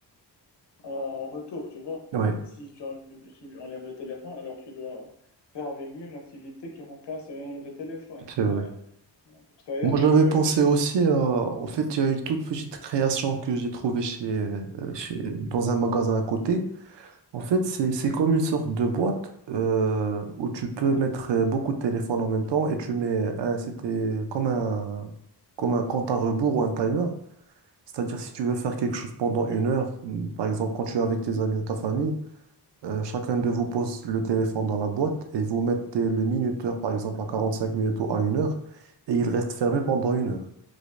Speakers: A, on the left; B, on the right.
A: en retour, tu vois.
B: Oui,
A: Si tu, en- si tu enlèves le téléphone, alors tu dois faire avec lui une activité qui remplace le moment de téléphone.
B: c'est vrai.
A: Ben, d'ailleurs,
B: Moi,
A: tu,
B: j'avais pensé
A: tu
B: aussi
A: peux...
B: à... En fait, il y a une toute petite création que j'ai trouvée chez, euh, chez... dans un magasin à côté. En fait, c'est c'est comme une sorte de boîte euh, où tu peux
A: Hein
B: mettre euh, beaucoup de téléphones en même temps et tu mets... un- C'était comme un... comme un compte à rebours ou un timer. C'est-à-dire, si tu veux faire quelque chose pendant une heure, mm, par exemple, quand tu es avec tes amis ou ta famille, euh, chacun de vous pose le téléphone dans la boîte et vous mettez le minuteur, par exemple, à 45 minutes ou à une heure et il reste fermé pendant une heure.